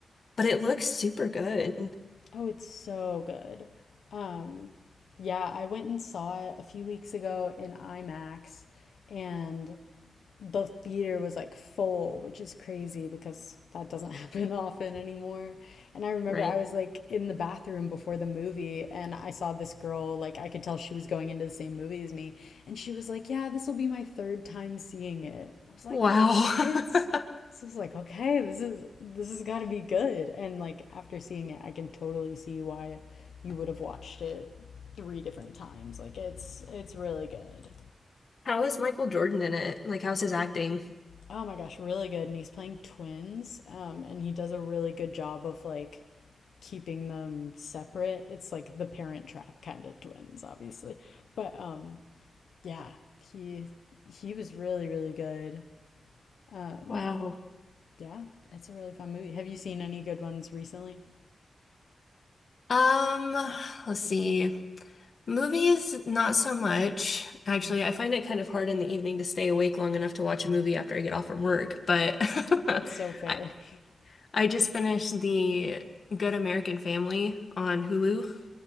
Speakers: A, on the left; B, on the left.
A: but it looks super good.
B: Oh, it's so good. Um, yeah, I went and saw it a few weeks ago in IMAX and the theater was like full, which is crazy because that doesn't <laughs> happen often anymore. And I remember
A: Right.
B: I was like in the bathroom before the movie and I saw this girl, like I could tell she was going into the same movie as me. And she was like, Yeah, this will be my third time seeing it. I was like,
A: Wow.
B: What?
A: <laughs>
B: So I was like, Okay, this is this has gotta be good. And like after seeing it, I can totally see why you would have watched it three different times. Like it's it's really good.
A: How is Michael Jordan in it? Like, how's his acting?
B: oh my gosh, really good. And he's playing twins, um, and he does a really good job of like keeping them separate. It's like the Parent Trap kind of twins, obviously. But um, yeah, he he was really really good. Um,
A: Wow.
B: Yeah, it's a really fun movie. Have you seen any good ones recently?
A: Um, let's see. Movies, not so much. Actually,
B: Hmm,
A: I find it kind of hard in the evening to stay awake long enough to watch a movie after I get off from work, but <laughs>
B: That's so fair.
A: I
B: <laughs>
A: I just finished the Good American Family on Hulu.